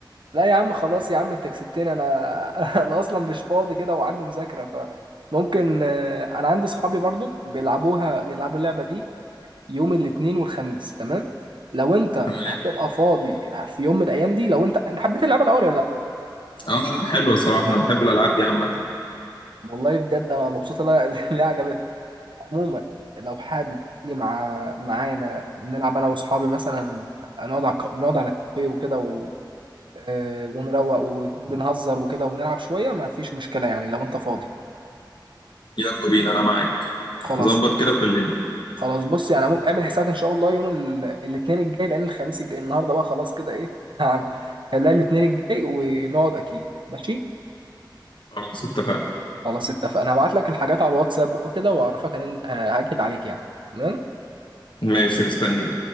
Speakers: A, on the right (about 75°); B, on the left (about 75°).
A: لا يا عم خلاص يا عم انت كسبتني انا <laughs> انا اصلا مش فاضي كده وعندي مذاكره فممكن آه، انا عندي صحابي برضك بيلعبوها بيلعبوا اللعبه دي يوم الاثنين والخميس تمام لو انت
B: تمام
A: هتبقى فاضي في يوم من الايام دي لو انت انت حبيت اللعبه الاول ولا لا
B: اه لا حلو الصراحه انا بحب الالعاب دي عامه
A: والله بجد انا مبسوط إن انا <laughs> اللي عجبتك عموما لو حابب تيجي مع معانا نلعب انا واصحابي مثلا نقعد على الك- نقعد على الكافيه وكده و... آه، ونروق وبنهزر وكده ونلعب شويه ما فيش مشكله يعني لو انت فاضي
B: يلا بينا انا معاك
A: خلاص
B: ظبط كده وكلمني
A: خلاص بص يعني عمو- اعمل حسابك ان شاء الله يوم ال... الاثنين الجاي لان الخميس الجاي النهارده بقى خلاص كده ايه <laughs> هعمل خليها الاثنين الجاي ونقعد اكيد ماشي
B: خلاص اتفقنا
A: خلاص اتفقنا هبعت لك الحاجات على الواتساب بقى وكده واعرفك هننزل هاكد عليك يعني تمام
B: ماشي مستني